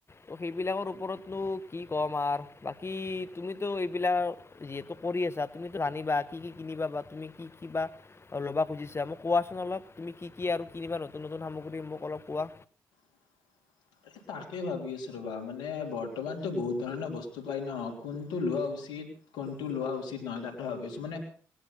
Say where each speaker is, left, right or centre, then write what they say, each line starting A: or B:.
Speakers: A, on the left; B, on the left.
A: ত' সেইবিলাকৰ ওপৰতনো কি ক'ম আৰু বাকী তুমিতো এইবিলাক যিহেতু কৰি আছা তুমিতো আনিবা কি কি কিনিবা বা তুমি কি কি বা ল'ব খুজিছা মই কোৱাচোন অলপ তুমি কি কি আৰু কিবা নতুন নতুন সামগ্ৰী মোক অলপ কোৱা
B: <unintelligible> এ তাকে ভাবি আছো ৰবা মানে বৰ্তমানতো বহুত ধৰণৰ বস্তু পাই ন কোনটো লোৱা উচিত কোনটো লোৱা উচিত নহয় তাকে ভাবিছো মানে